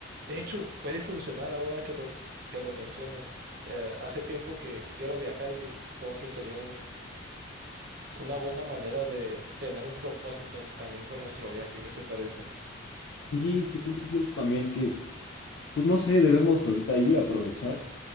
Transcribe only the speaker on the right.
De hecho, puede funcionar ahora que lo, que lo mencionas. Eh, hace tiempo que quiero viajar y supongo que sería un, una buena manera de tener un propósito también con nuestro viaje. ¿Qué te parece?